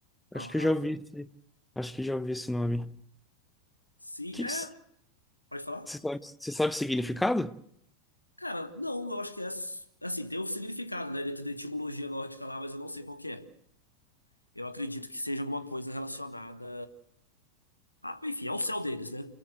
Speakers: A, in the centre; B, on the left.
A: Acho
B: Valhalla.
A: que eu já ouvi esse, acho que já ouvi esse nome.
B: Sim,
A: Que
B: é.
A: que, se-
B: Pode falar?
A: você sabe, você sabe o significado?
B: Cara, não, eu acho que é é assim, tem um significado, né, dentro da etimologia nórdica lá, mas eu não sei qual que é. Eu acredito que seja alguma coisa relacionada a, enfim, ao céu deles, né?